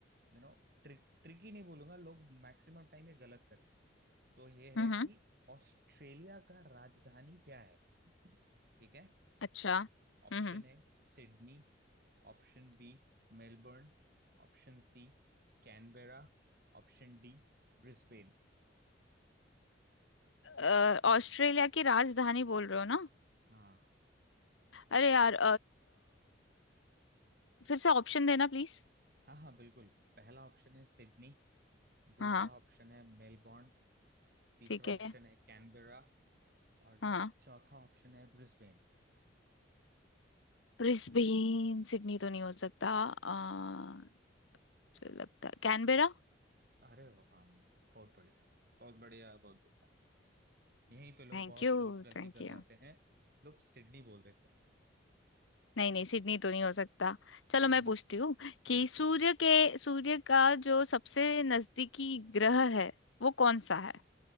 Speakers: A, on the right (about 50°); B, on the left (about 85°).
A: यू नो ट्रिक ट्रिकी नहीं बोलूंगा लोग मैक्सिमम टाइम ये गलत करते हैं। तो ये
B: हम्म
A: है कि
B: हम्म,
A: ऑस्ट्रेलिया का राजधानी क्या है ठीक है
B: अच्छा हम्म
A: Option
B: हम्म।
A: A Sydney Option B Melbourne Option C Canberra Option D Brisbane
B: अ, ऑस्ट्रेलिया की राजधानी बोल रहे हो ना
A: हाँ
B: अरे यार फिर से ऑप्शन देना प्लीज
A: हाँ हाँ बिल्कुल पहला ऑप्शन है सिडनी दूसरा
B: हाँ हाँ,
A: ऑप्शन है मेलबर्न तीसरा
B: ठीक है
A: ऑप्शन है कैनबेरा और
B: हाँ
A: चौथा ऑप्शन है ब्रिस्बेन
B: ब्रिस्बेन सिडनी तो नहीं हो सकता आ, जो लगता है Canberra
A: अरे वाह बहुत बढ़िया बहुत बढ़िया बहुत बढ़िया यहीं पे लोग
B: Thank
A: बहुत
B: you
A: लोग गलती
B: Thank
A: कर
B: you
A: जाते हैं लोग सिडनी बोल देते हैं
B: नहीं नहीं सिडनी तो नहीं हो सकता चलो
A: हम्म
B: मैं पूछती हूँ
A: हाँ
B: कि सूर्य के सूर्य का जो सबसे नजदीकी ग्रह है वो कौन सा है